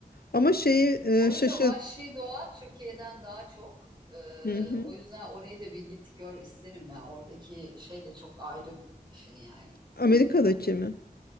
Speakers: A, on the left; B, on the right.
A: Ama şeyi e,
B: Orada
A: şaşır.
B: vahşi doğa Türkiye'den daha çok. Ee,
A: Hı hı.
B: o yüzden orayı da bir git gör isterim ya. Oradaki şey de çok ayrı bir şey yani
A: Amerika'daki
B: dünya.
A: mi?